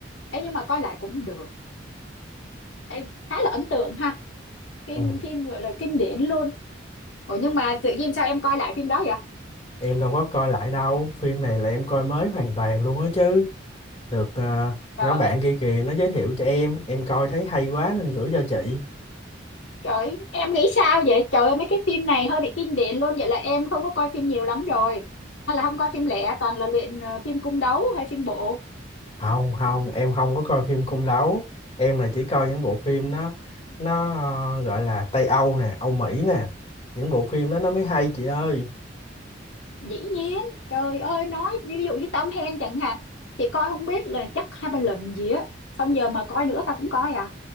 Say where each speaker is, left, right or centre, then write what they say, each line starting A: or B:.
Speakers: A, on the left (about 75°); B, on the left (about 30°).
A: Ê, nhưng mà coi lại cũng được. Ê, khá là ấn tượng ha. Phim
B: ừ.
A: phim gọi là kinh điển luôn Ủa nhưng mà tự nhiên sao em coi lại phim đó vậy?
B: em đâu có coi lại đâu phim này là em coi mới hoàn toàn luôn á chứ được ờ,
A: Trời,
B: nhóm bạn kia kìa nó giới
A: ừ.
B: thiệu cho em em coi thấy hay quá nên gửi cho chị
A: Trời, em nghĩ sao vậy? Trời ơi, mấy cái phim này hơi bị kinh điển luôn. Vậy là em không có coi phim nhiều lắm rồi. Hay là không coi phim lẻ, toàn là luyện ờ, phim cung đấu hay phim bộ.
B: không không em không có coi phim cung đấu em là chỉ coi những bộ phim nó nó ờ, gọi là Tây Âu nè Âu Mỹ nè những bộ phim đó nó mới hay chị ơi
A: Dĩ nhiên, trời ơi, nói ví dụ như Tom Hanks chẳng hạn. Thì coi không biết là chắc hai ba lần gì á. Xong giờ mà coi nữa tao cũng coi à.